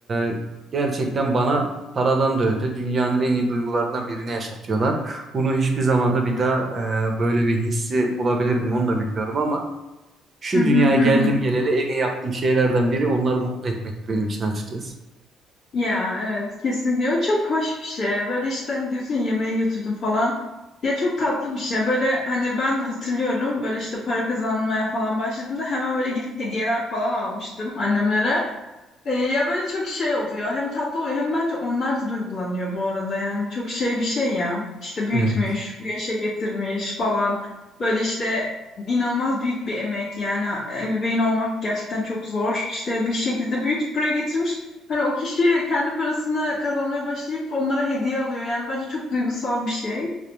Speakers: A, on the right; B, on the left.
A: e, gerçekten bana paradan da öte dünyanın en iyi duygularından birini yaşatıyorlar. Bunu hiçbir zamanda bir daha e, böyle bir hissi bulabilir miyim onu da bilmiyorum ama şu
B: Hı hı
A: dünyaya
B: hı
A: geldim
B: hı.
A: geleli en iyi yaptığım şeylerden biri onları mutlu etmekti benim için açıkçası.
B: Ya evet kesinlikle o çok hoş bir şey. Böyle işte hani diyorsun ya yemeğe götürdüm falan. Ya çok tatlı bir şey. Böyle hani ben de hatırlıyorum böyle işte para kazanmaya falan başladığımda hemen böyle gidip hediyeler falan almıştım annemlere. E, ya böyle çok şey oluyor. Hem tatlı oluyor hem bence onlar da duygulanıyor bu arada. Yani çok şey bir şey ya. İşte büyütmüş,
A: Evet.
B: bu yaşa getirmiş falan. Böyle işte inanılmaz büyük bir emek. Yani e, ebeveyn olmak gerçekten çok zor. İşte bir şekilde büyütüp buraya getirmiş. Hani o kişi kendi parasını kazanmaya başlayıp onlara hediye alıyor. Yani bence çok duygusal bir şey.